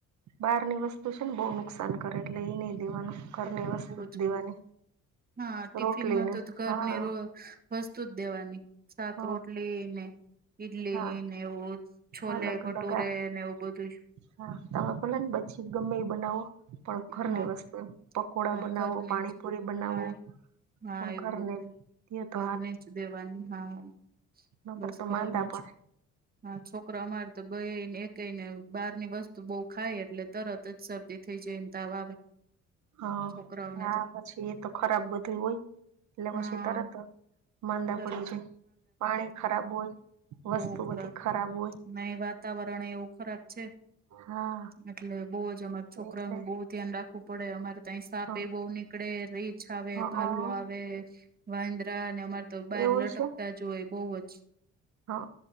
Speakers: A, on the right; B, on the right.
A: બહારની વસ્તુ છે ને બો નુકસાન કરે એટલે એ નઈ દેવાનું ઘરની વસ્તુ
B: બહુ જ
A: દેવાની.
B: હા ટિફિન
A: રોટલીને
B: માં તો ઘરને
A: હા
B: વસ્તુ જ દેવાની શાક
A: હ
B: રોટલી ને ઈડલી
A: હા
B: ને એવું છોલે
A: હા લગ
B: ભટૂરે
A: લગા
B: ને એવું બધું જ
A: હા તમે ભલે ને પછી ગમે એ બનાવો પણ ઘરની
B: હા
A: વસ્તે પકોડા
B: હા
A: બનાવો
B: ઘરને
A: પાણીપુરી
B: જ
A: બનાવો.
B: પાણી હા
A: પણ
B: એવું
A: ઘરને
B: બધું
A: દયો તો
B: ઘરની જ દેવાની હા.
A: ન
B: બસ
A: કરરતો
B: ઘરનું
A: માંદા પડે.
B: જ હા છોકરો અમારે તો બેને એકઈને બહાર ની વસ્તુ બો ખાય એટલે તરત જ શરદી થઈ જાયને તાવ આવે.
A: હ
B: છોકરાઓને
A: હા
B: તો
A: પછી એતો ખરાબ બધું હોય એટલે
B: હા
A: પછી તરત માંદા
B: તરત
A: પડી છે પાણી ખરાબ હોય.
B: બહ
A: વસ્તુ
B: ખરાબ
A: બધી હોય
B: ન વાતાવરણ એવું ખરાબ છે.
A: હા
B: એટલે બહ જ અમારે છોકરાનું
A: એટલે
B: બહુ ધ્યાન રાખવું પડે અમારે ત સાપ
A: હ
B: એ બહ નીકળે રીછ આવે
A: હઅ
B: ભો
A: હઅ
B: આવે વાંદ્રા અને અમારે બાર
A: એવું
B: લટકતા
A: છે
B: જ હોય બહ જ
A: હઅ